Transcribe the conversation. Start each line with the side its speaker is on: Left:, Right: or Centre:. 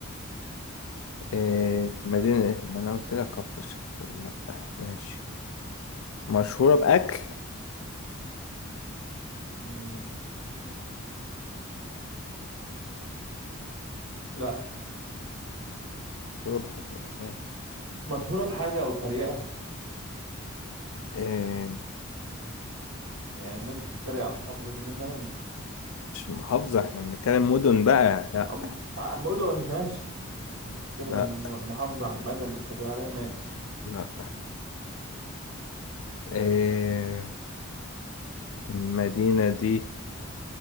Left: إيه مدينة ما انا قلت لك كفر الشيخ لا ماشي مشهورة بأكل
Right: مم. لا
Left: مشهورة بحاجة يعني
Right: مشهورة بحاجة أو تريقة
Left: إيه
Right: يعني الناس بتتريق على المحافظة دي مثلا
Left: مش محافظة احنا بنتكلم مدن بقى لا
Right: عم... عم مدن ماشي بتكلم
Left: لا
Right: عن إنه المحافظة عامة بيتريقوا عليها ماشي
Left: لا إيه المدينة دي